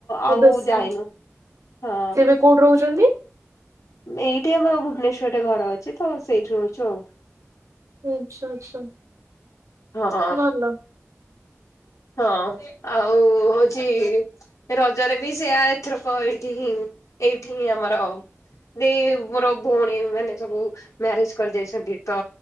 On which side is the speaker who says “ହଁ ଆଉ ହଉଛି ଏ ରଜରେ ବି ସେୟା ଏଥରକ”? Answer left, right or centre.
Left